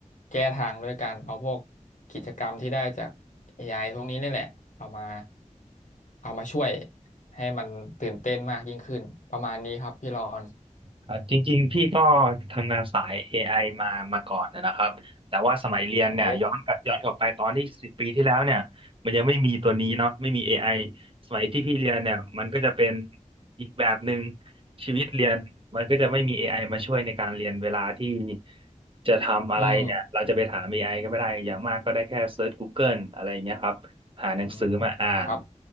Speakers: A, on the left (about 70°); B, on the right (about 40°).
A: แก้ทางด้วยการเอาพวกกิจกรรมที่ได้จาก AI พวกนี้นี่แหละเอามาเอามาช่วยให้มันตื่นเต้นมากยิ่งขึ้นประมาณนี้ครับพี่รอน
B: ครับจริงๆพี่ก็ทำงานสาย AI มามาก่อนนะครับแต่ว่าสมัยเรียนเนี่ยย้อนกลับย้อนกลับไปตอนที่สิบปีที่แล้วเนี่ยมันยังไม่มีตัวนี้เนาะไม่มี
A: โอ้
B: AI สมัยที่พี่เรียนเนี่ยมันก็จะเป็นอีกแบบหนึ่งชีวิตเรียนมันก็จะไม่มี AI มาช่วยในการเรียนเวลาที่จะทำอะไรเนี่ยเราจะไปถาม
A: อืม
B: AI ก็ไม่ได้อย่างมากก็ได้แค่เซิร์ช Google อะไรอย่างเงี้ยครับ หาหนังสือมาอ่าน
A: อืมครับ